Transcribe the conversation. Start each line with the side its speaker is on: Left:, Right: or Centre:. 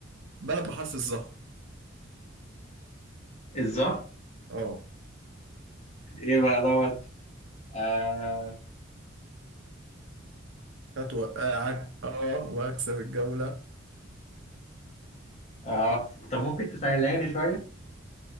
Right: بلد بحرف الظهر
Left: الظهر
Right: اه
Left: ايه بقى دوت آه...
Right: هتوقعك اه وهكسب الجولة
Left: اه طب ممكن تسهلها لي شوية